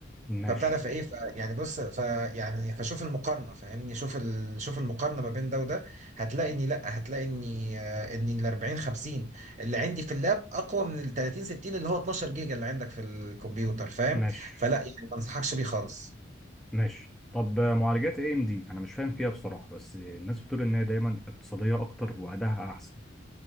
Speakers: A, in the centre; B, on the right.
A: ماشي
B: فبتعرف ايه ف يعني بص ف يعني فشوف المقارنه فاهمني شوف ال... شوف المقارنه ما بين ده وده هتلاقي اني لا هتلاقي اني آه، اني ال 40 50 اللي عندي في اللاب اقوى من ال 30 60 اللي هو 12 جيجا اللي عندك في الكمبيوتر فاهم
A: ماشي
B: فلا يعني ما انصحكش بيه خالص
A: ماشي طب معالجات اي ام دي انا مش فاهم فيها بصراحه بس الناس بتقول ان هي دايما اقتصاديه اكتر وادائها احسن